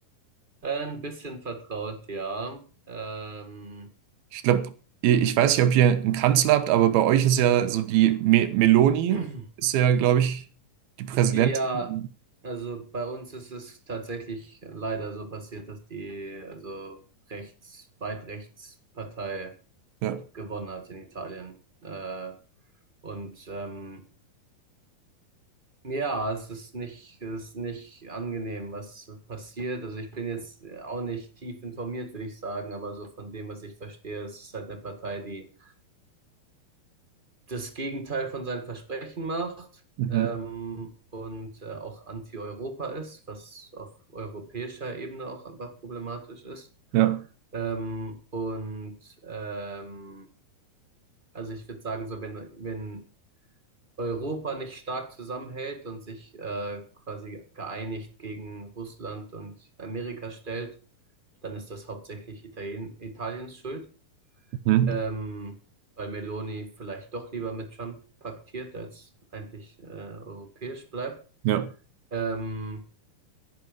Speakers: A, on the right; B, on the right.
A: Ein bisschen vertraut, ja. Ähm,
B: Ich glaube, ich ich weiß nicht, ob ihr einen Kanzler habt, aber bei euch ist ja so die Me Meloni,
A: <clears throat>
B: ist ja, glaube ich, die Präsidentin.
A: ja, also bei uns ist es tatsächlich leider so passiert, dass die also rechts, weit rechts Partei
B: Ja.
A: gewonnen hat in Italien. Äh, und ähm, ja, es ist nicht, es ist nicht angenehm, was passiert. Also ich bin jetzt auch nicht tief informiert, würde ich sagen, aber so von dem, was ich verstehe, es ist halt eine Partei, die das Gegenteil von seinen Versprechen macht
B: Mhm.
A: ähm, und äh, auch anti-Europa ist, was auf europäischer Ebene auch einfach problematisch ist.
B: Ja.
A: Ähm, und ähm, also ich würde sagen, so wenn, wenn Europa nicht stark zusammenhält und sich äh, quasi geeinigt gegen Russland und Amerika stellt, dann ist das hauptsächlich Italien, Italiens Schuld
B: Mhm.
A: ähm, weil Meloni vielleicht doch lieber mit Trump paktiert, als eigentlich äh, europäisch bleibt.
B: Ja.
A: Ähm,